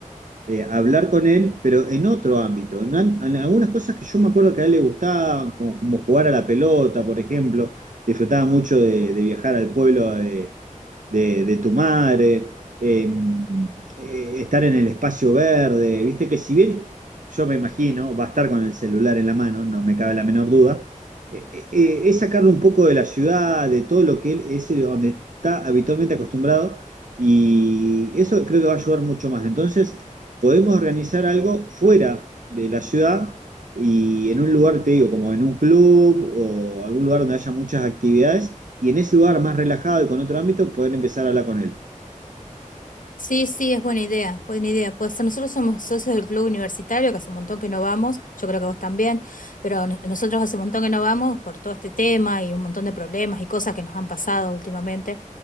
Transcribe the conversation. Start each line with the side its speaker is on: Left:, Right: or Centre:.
Right: eh, hablar con él, pero en otro ámbito, en, am- en algunas cosas que yo me acuerdo que a él le gustaban, como, como jugar a la pelota, por ejemplo, disfrutaba mucho de, de viajar al pueblo de, de tu madre, em, eh, estar en el espacio verde, viste que si bien yo me imagino, va a estar con el celular en la mano, no me cabe la menor duda, eh, eh, eh, es sacarlo un poco de la ciudad, de todo lo que él es eh, donde está habitualmente acostumbrado y eso creo que va a ayudar mucho más. Entonces, podemos organizar algo fuera de la ciudad y en un lugar, te digo, como en un club o algún lugar donde haya muchas actividades y en ese lugar más relajado y con otro ámbito, poder empezar a hablar con él.
Left: Sí, sí, es buena idea, buena idea. Pues nosotros somos socios del club universitario, que hace un montón que no vamos, yo creo que vos también, pero no- nosotros hace un montón que no vamos por todo este tema y un montón de problemas y cosas que nos han pasado últimamente,